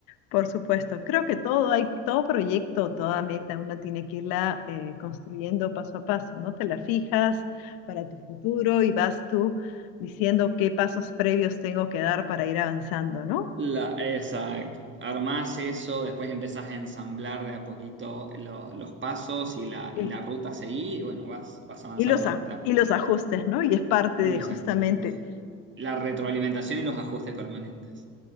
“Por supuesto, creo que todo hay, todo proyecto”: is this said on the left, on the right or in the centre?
Left